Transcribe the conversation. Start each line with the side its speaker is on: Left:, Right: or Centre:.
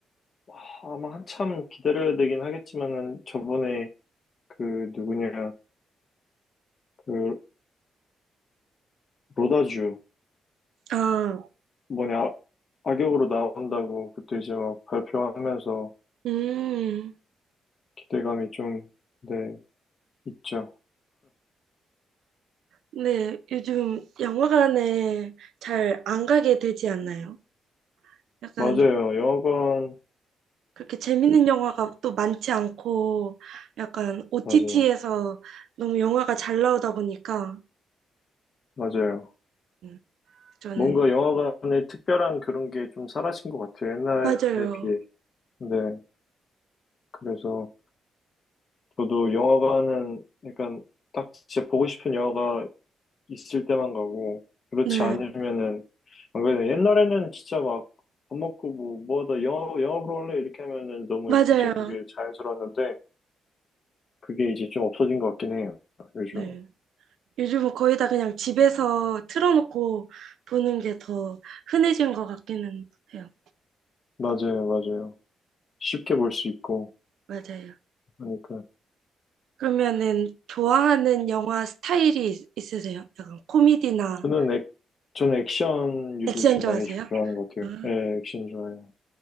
Left: 하, 아마 한참 기다려야 되긴 하겠지만은 저번에 그 누구냐, 그 로다주가
Right: 아,
Left: 뭐냐, 악역으로 나온다고 그때 이제 막 발표하면서
Right: 음,
Left: 기대감이 좀, 네, 있죠.
Right: 네, 요즘 영화관에 잘 안 가게 되지 않나요? 약간
Left: 맞아요. 영화관이,
Right: 그렇게 재밌는 영화가 또 많지 않고 약간 OTT에서
Left: 맞아요.
Right: 너무 영화가 잘 나오다 보니까
Left: 맞아요.
Right: 음, 저는
Left: 뭔가 영화관의 특별한 그런 게 좀 사라진 것 같아요. 옛날에
Right: 맞아요.
Left: 비해. 네. 그래서 저도 영화관은 약간 딱 진짜 보고 싶은 영화가 있을 때만 가고, 그렇지
Right: 네,
Left: 않으면은, 안 그래도 옛날에는 진짜 막 밥 먹고 뭐, 뭐 하다 영화, 영화 보러 갈래? 이렇게 하면은 너무
Right: 맞아요.
Left: 이제 그게 자연스러웠는데, 그게 이제 좀 없어진 것 같긴 해요. 요즘.
Right: 네. 요즘은 거의 다 그냥 집에서 틀어놓고 보는 게 더 흔해진 것 같기는 해요.
Left: 맞아요, 맞아요. 쉽게 볼 수 있고
Right: 맞아요.
Left: 하니까.
Right: 그러면은 좋아하는 영화 스타일이 있- 있으세요? 약간 코미디나
Left: 저는 액, 저는 액션류를
Right: 액션
Left: 좀
Right: 좋아하세요?
Left: 많이 좋아하는 것 같아요.
Right: 아,
Left: 네, 액션 좋아해요.